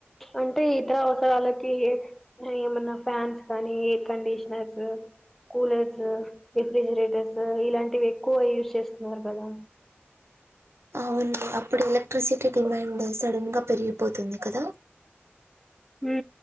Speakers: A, in the centre; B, on the right (about 75°).
A: అంటే ఇతర అవసరాలకి ఎ ఏమన్నా ఫ్యాన్స్ కానీ ఎయిర్ కండిషనర్స్ కూలర్స్, రిఫ్రిజిరేటర్స్ ఇలాంటివి ఎక్కువ యూజ్ చేస్తున్నారు కదా
B: అవును అప్పుడు ఎలక్ట్రిసిటీ డిమాండ్ సడన్ గా పెరిగిపోతుంది కదా
A: హు